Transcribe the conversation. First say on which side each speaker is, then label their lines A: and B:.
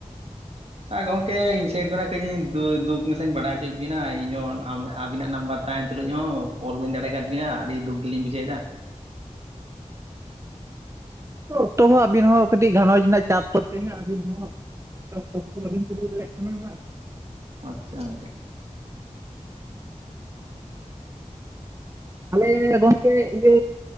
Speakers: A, on the right (about 50°); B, on the right (about 20°).
A: ᱟᱨ ᱜᱚᱝᱠᱮ ᱤᱧ ᱥᱟᱭᱤᱰ ᱠᱷᱚᱱᱟᱜ ᱠᱟᱹᱡ ᱤᱧ ᱫᱩ ᱫᱩᱠ ᱢᱮᱥᱟᱧ ᱵᱟᱰᱟᱭ ᱦᱚᱪᱚᱭᱮᱫ ᱵᱤᱱᱟ ᱤᱧᱦᱚᱸ ᱟᱹᱵᱤᱱᱟᱜᱼᱼ ᱱᱟᱢᱵᱟᱨ ᱛᱟᱦᱮᱱ ᱛᱩᱞᱩᱡ ᱦᱚᱸ ᱠᱚᱞ ᱵᱟᱹᱧ ᱫᱟᱲᱮ ᱠᱟᱫ ᱵᱤᱱᱟ ᱟᱹᱰᱤ ᱫᱩᱠ ᱜᱮᱞᱤᱧ ᱵᱩᱡᱷᱟᱹᱣᱮᱫᱟ᱾
B: ᱚᱠᱛᱚ ᱦᱚᱸ ᱟᱹᱵᱤᱱ ᱦᱚᱸ ᱠᱟᱹᱴᱤᱡ ᱜᱷᱟᱨᱚᱸᱡᱽ ᱨᱮᱱᱟᱜ ᱪᱟᱯ ᱠᱚᱛᱮ ᱦᱚ ᱟᱵᱤᱱ ᱦᱚ ᱼᱼ <inaudible>
A: ᱟᱪᱪᱷᱟ ᱜᱚᱝᱠᱮ᱾
B: ᱟᱞᱮ ᱜᱚᱝᱠᱮ ᱤᱭᱟᱹᱼᱼ